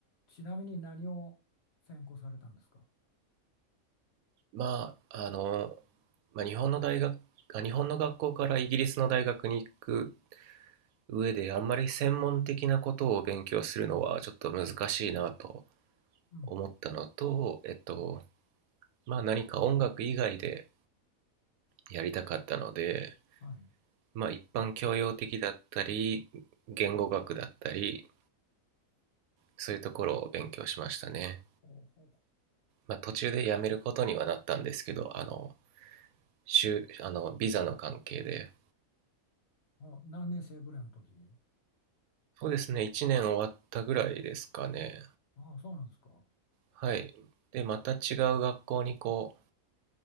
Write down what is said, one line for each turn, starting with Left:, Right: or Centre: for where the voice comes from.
Left: ちなみに何を専攻されたんですか
Right: まあ、あの、まあ、日本の大学、あ日本の学校からイギリスの大学に行く上であんまり専門的なことを勉強するのはちょっと難しいなと
Left: うん。
Right: 思ったのと、えっと、まあ何か音楽以外でやりたかったので、
Left: はい。
Right: まあ一般教養的だったり、言語学だったり、そういうところを勉強しましたね。
Left: ほうほう
Right: まあ途中でやめることにはなったんですけど、あの、週あのビザの関係で。
Left: ほう。あ、何年生ぐらいの時に。
Right: そうですね、1年終わったぐらいですかね。
Left: ああ、そうなんですか。
Right: はい。で、また違う学校にこう、